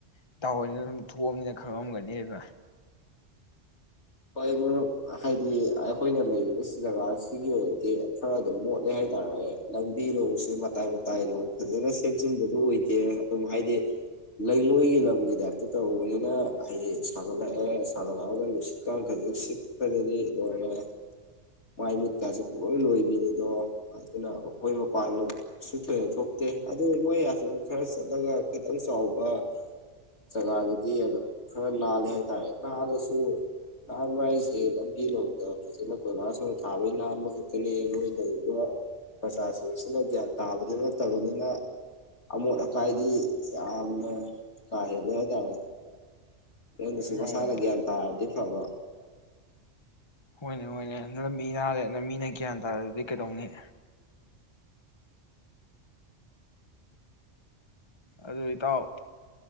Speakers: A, on the left; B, on the left.
A: ꯏꯇꯥꯎ ꯍꯣꯏꯅ ꯁꯨꯝ ꯊꯣꯛꯑꯝꯅꯤꯅ ꯈꯪꯉꯝꯒꯅꯤꯕ
B: ꯍꯣꯏ ꯃꯔꯨꯞ ꯍꯥꯏꯗꯤ ꯑꯩꯈꯣꯏꯅ ꯂꯩꯔꯤꯕ ꯖꯒꯥꯁꯤꯒꯤ ꯑꯣꯏꯅꯗꯤ ꯈꯔ ꯑꯗꯨꯝ ꯃꯣꯠꯂꯦ ꯍꯥꯏꯇꯥꯔꯦ ꯂꯝꯕꯤ ꯅꯣꯡꯁꯨ ꯃꯇꯥꯏ ꯃꯇꯥꯏ ꯅꯣꯡ ꯐꯖꯅ ꯁꯦꯝꯖꯤꯟꯕ ꯑꯗꯨ ꯑꯣꯏꯗꯦ ꯑꯗꯨꯝ ꯍꯥꯏꯗꯤ ꯂꯩꯉꯣꯏꯒꯤ ꯂꯝꯒꯤ ꯇꯥꯏꯞꯇ ꯇꯧꯕꯅꯤꯅ ꯍꯥꯏꯗꯤ ꯁꯥꯒꯠꯂꯛꯑꯦ ꯁꯥꯒꯠꯂꯛꯑꯒ ꯂꯁꯤ <unintelligible> ꯈꯖꯤꯛ ꯁꯤꯠꯄꯗꯗꯤ ꯂꯣꯏꯔꯦ ꯃꯥꯏ ꯃꯤꯠꯀꯥꯁꯦ ꯄꯨꯂꯣꯏ ꯂꯣꯏꯕꯤꯅꯤꯗꯣ ꯑꯗꯨꯅ ꯑꯩꯈꯣꯏ ꯃꯄꯥꯟꯂꯣꯝꯁꯨ ꯊꯣꯏꯅ ꯊꯣꯛꯇꯦ ꯑꯗꯨ ꯃꯣꯏ ꯑꯁꯨꯝ ꯈꯔ ꯆꯠꯂꯒ ꯈꯤꯇꯪ ꯆꯥꯎꯕ ꯖꯒꯥꯗꯗꯤ ꯑꯗꯨꯝ ꯈꯔ ꯂꯥꯜꯂꯦ ꯍꯥꯏꯇꯥꯔꯦ ꯂꯥꯜꯂꯁꯨ ꯅꯥꯟꯕ ꯍꯥꯏꯁꯦ ꯂꯝꯕꯤ ꯂꯣꯡꯗ ꯐꯖꯅ ꯀꯣꯏꯂꯥꯁ ꯊꯥꯕꯩ ꯅꯥꯟꯕ ꯈꯛꯇꯅꯦ ꯃꯣꯏ ꯂꯩꯔꯤꯕ ꯄ꯭ꯔꯖꯥꯁꯤꯡꯁꯤꯅ ꯒ꯭ꯌꯥꯟ ꯇꯥꯕꯗꯤ ꯅꯠꯇꯕꯅꯤꯅ ꯑꯃꯣꯠ ꯑꯀꯥꯏꯗꯤ ꯌꯥꯝꯅ ꯀꯥ ꯍꯦꯜꯂꯦ ꯍꯥꯏ ꯇꯥꯔꯦ ꯃꯣꯏꯅꯁꯨ
A: ꯑꯣ
B: ꯃꯁꯥꯅ ꯒ꯭ꯌꯥꯟ ꯇꯥꯔꯗꯤ ꯐꯕ
A: ꯍꯣꯏꯅꯦ ꯍꯣꯏꯅꯦ ꯂꯝꯕꯤ ꯅꯥꯜꯂꯦꯅ ꯃꯤꯅ ꯒ꯭ꯌꯥꯟ ꯇꯥꯗꯔ꯭ꯗꯤ ꯀꯩꯗꯧꯅꯤ ꯑꯗꯨ ꯏꯇꯥꯎ